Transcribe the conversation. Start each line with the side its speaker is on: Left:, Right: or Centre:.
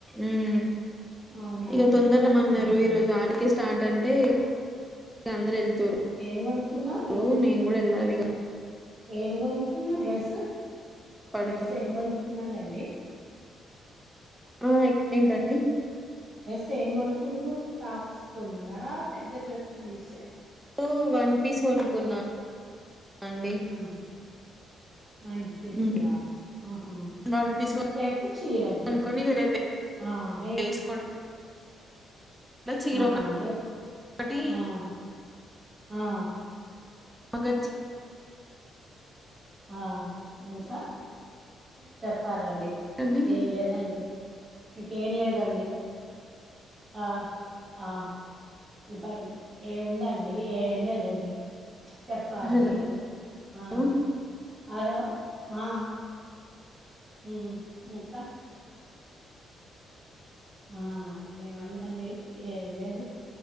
Centre: ఉమ్
Right: అవునా
Centre: ఇగ తొందరమ్మన్నారు
Right: ఉహు
Centre: ఈరోజు వరుకే. స్టార్ట్ అంటే అందరు ఎళ్తరు
Right: ఏం కొనుక్కున్నావు
Centre: నేను కూడా వెళ్ళాలిగ.
Right: ఏంకోనుకున్నవ్ డ్రెస్.
Centre: పడుకున్నా
Right: డ్రెస్ ఏంకోనుకున్నారండి.
Centre: ఆహ్ ఏ ఏంటండి.
Right: సే ఏం కొనుకుంరు టాప్స్ కొన్నారా పెద్ద డ్రెస్సులు తీసారా.
Centre: ఉ వన్ పీస్ కొనుకున్నా. అండి.
Right: ఆ! వన్ పీస్ల
Centre: హ్మ్.
Right: ఆహా.
Centre: వన్ పీస్
Right: రేపు చీరనా
Centre: కొనుక్కొని ఇగ రేపు
Right: ఆహ్ రేప్.
Centre: వేసుకుంటా చీర
Right: ఆహా రెప్
Centre: ఒకటి
Right: ఆహ్ ఆహ్.
Centre: మగార్చి.
Right: ఆహ్ ఇంకా. చెప్పాలండి
Centre: ఏంటండి
Right: ఏం లేదండి. మీకేం లేదండి ఆహ్ ఆహ్. ఇంకాండి ఏముందండి ఏం లేదండి. చెప్పాలి
Centre: హలో
Right: మీరు ఆహ్.
Centre: ఉమ్
Right: హలో ఆహ్ ఉమ్ ఇంకా. ఆహ్ ఏముందండి ఏం లేదు.